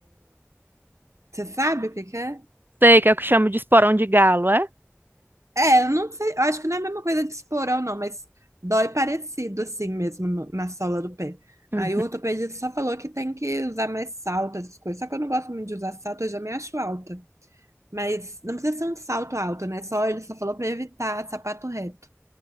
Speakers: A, on the right; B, on the right.
A: Você sabe o que que é?
B: Sei que é o que chamo de esporão de galo, é?
A: É, eu não sei. Eu acho que não é a mesma coisa de esporão, não, mas dói parecido assim mesmo no- na sola do pé.
B: Uhum.
A: Aí o ortopedista só falou que tem que usar mais salto, essas coisas. Só que eu não gosto muito de usar salto, eu já me acho alta. Mas não precisa ser um salto alto, né? Só ele só falou pra evitar sapato reto.